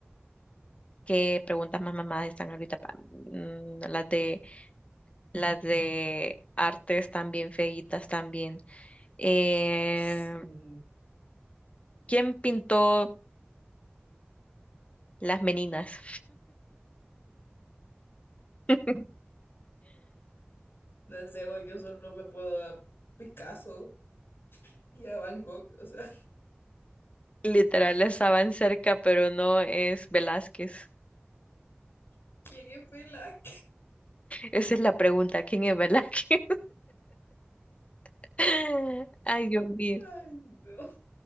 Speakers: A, on the left (about 35°); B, on the left (about 65°).
A: ¿qué preguntas más mamadas están ahorita? pa- mm, las de las de artes también feitas también. Eh,
B: Sí.
A: ¿quién pintó las meninas? <laughs>
B: No sé, voy, yo solo me puedo a Picasso y a Van Gogh. O sea,
A: Literal, estaban cerca, pero no es Velázquez.
B: <laughs> ¿quién es Pilac?
A: Esa es la pregunta, ¿quién es Velázquez? <laughs> Ay, Dios mío.
B: <laughs> Ay, no.